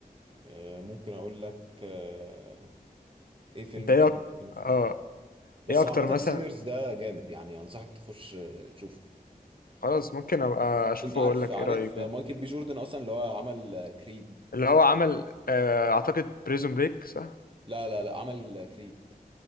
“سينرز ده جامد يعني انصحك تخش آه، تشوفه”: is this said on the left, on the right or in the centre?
Right